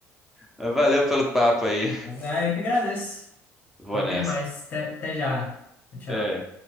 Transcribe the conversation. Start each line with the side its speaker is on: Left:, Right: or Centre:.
Centre: Mas valeu pelo papo aí.
Left: Ah, eu que agradeço.
Centre: Vou
Left: Top
Centre: nessa.
Left: demais. Até, até já. Tchau.
Centre: É.